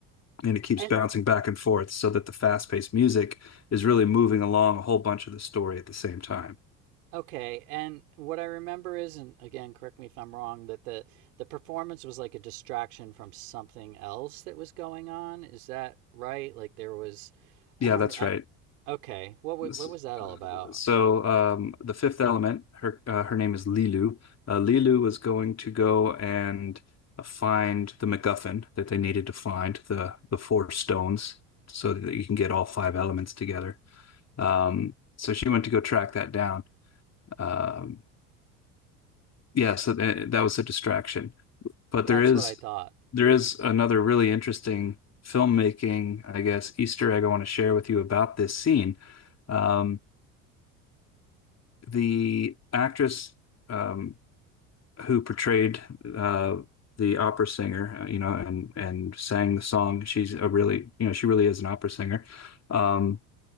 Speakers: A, on the left; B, on the right.
A: and it keeps
B: And
A: bouncing back and forth so that the fast-paced music is really moving along a whole bunch of the story at the same time.
B: okay, and what I remember is, and again, correct me if I'm wrong, that the the performance was like a distraction from something else that was going on. Is that right? Like there was,
A: Yeah,
B: I don't,
A: that's
B: I
A: right.
B: okay. What wa-
A: S-
B: what was that
A: uh,
B: all about?
A: So, um, the fifth element, her uh, her name is Lilu. Uh, Lilu was going to go and uh, find the MacGuffin that they needed to find the the four stones so that you can get all five elements together. Um, so she went to go track that down. Um, yeah, so th that was a distraction. But
B: That's
A: there is
B: what I thought.
A: there is another really interesting filmmaking, I guess, Easter egg I want to share with you about this scene. Um, the actress um, who portrayed uh, the opera singer, uh, you know, and and sang the song, she's a really, you know, she really is an opera singer. Um,